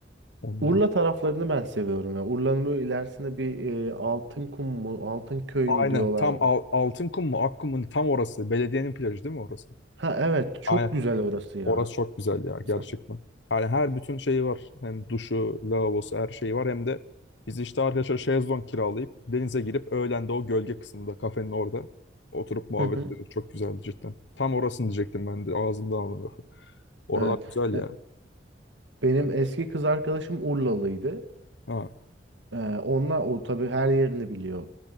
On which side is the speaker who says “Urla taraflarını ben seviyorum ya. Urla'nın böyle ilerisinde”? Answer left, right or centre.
Right